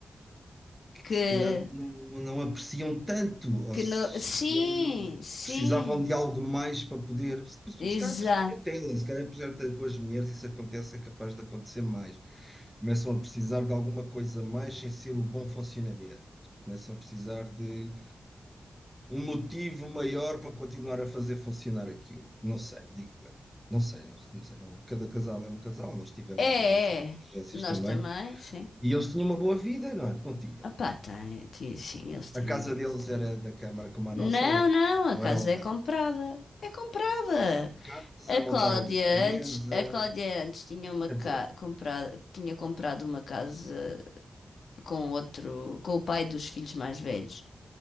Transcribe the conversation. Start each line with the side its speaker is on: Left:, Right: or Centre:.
Left: que
Centre: que se calhar não, não apreciam tanto, ou
Left: Que
Centre: se
Left: no... Sim,
Centre: calhar
Left: sim,
Centre: precisavam de algo mais para poder. Se
Left: exato.
Centre: se calhar perceber tela, se calhar perceber com as mulheres, isso acontece, é capaz de acontecer mais. começam a precisar de alguma coisa mais sem ser o bom funcionamento. Começam a precisar de um motivo maior para continuar a fazer funcionar aquilo. Não sei, digo eu. Não sei, não, não sei. não. Cada casal é um casal, nós tivemos
Left: É,
Centre: as nossas divergências
Left: é. Nós
Centre: também.
Left: também, sim.
Centre: E eles tinham uma boa vida, não, era? não tinham.
Left: Opá, tem, ti- sim, eles têm,
Centre: A casa
Left: eles
Centre: deles
Left: têm.
Centre: era da Câmara como a
Left: Não,
Centre: nossa, ou era,
Left: não, a
Centre: ou
Left: casa
Centre: era alugada?
Left: é comprada. É comprada.
Centre: Casa,
Left: A
Centre: montaram
Left: Cláudia
Centre: empresa,
Left: antes, a Cláudia antes tinha uma
Centre: quer
Left: ca...
Centre: dizer.
Left: comprada, tinha comprado uma casa com outro, com o pai dos filhos mais velhos.